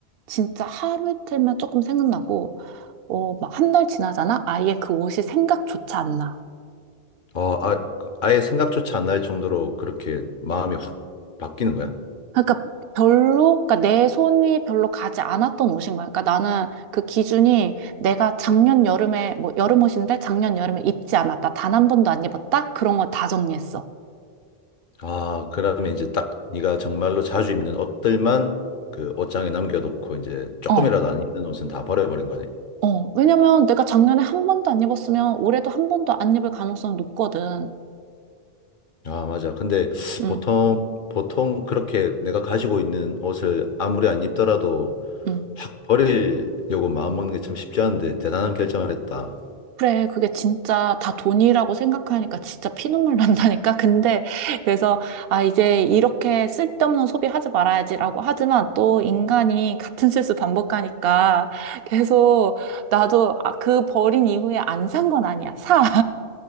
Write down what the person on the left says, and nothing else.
어, 아, 아예 생각조차 안 날 정도로 그렇게 마음이 확 바뀌는 거야?
아, 그러면 이제 딱 네가 정말로 자주 입는 옷들만 그 옷장에 남겨놓고 이제 조금이라도
안 입는 옷은 다 버려버린 거네.
아, 맞아. 근데
보통, 보통 그렇게 내가 가지고 있는 옷을 아무리 안 입더라도
확 버리려고 마음먹는 게 참 쉽지 않은데 대단한 결정을 했다.